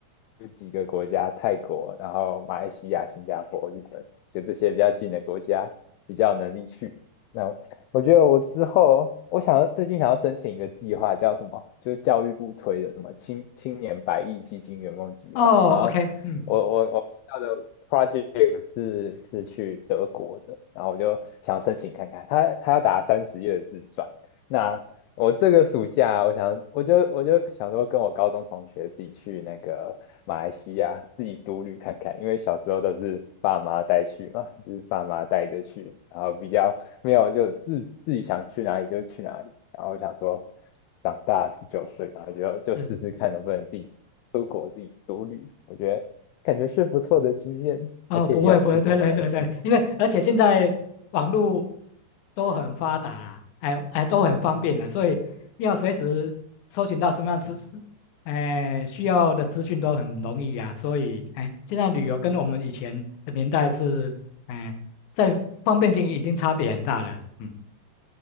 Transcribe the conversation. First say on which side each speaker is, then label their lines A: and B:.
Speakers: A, on the left; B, on the left.
A: 就几个国家，泰国，然后马来西亚、新加坡、日本，就这些比较近的国家，比较有能力去。那我我觉得我之后，我想要最近想要申请一个计划，叫什么？就是教育部推的什么青青年百亿基金圆梦计划。
B: 哦，OK，
A: 然后
B: 嗯，
A: 我我我看到的 project 是是去德国的，然后我就想申请看看，他他要打三十页的自传。那我这个暑假，我想，我就我就想说，跟我高中同学自己去那个马来西亚自己独旅看看，因为小时候都是爸妈带去嘛，就是爸妈带着去，然后比较没有就自自己想去哪里就去哪里，然后我想说，长大十九岁，然后就就试试看能不能自己出国自己独旅，
B: 是。
A: 我觉得感觉是不错的经验，
B: 哦，
A: 而且也有去过马来西亚。
B: 不会不会，对对对对，因为而且现在网络都很发达啦，哎哎都很方便了，所以要随时搜寻到什么样资，哎需要的资讯都很容易啊，所以哎现在旅游跟我们以前的年代是哎在方便性已经差别很大了，嗯。